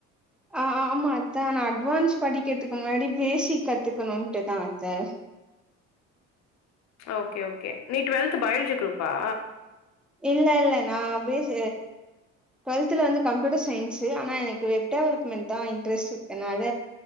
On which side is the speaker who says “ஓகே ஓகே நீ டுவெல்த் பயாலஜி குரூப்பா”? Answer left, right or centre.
Left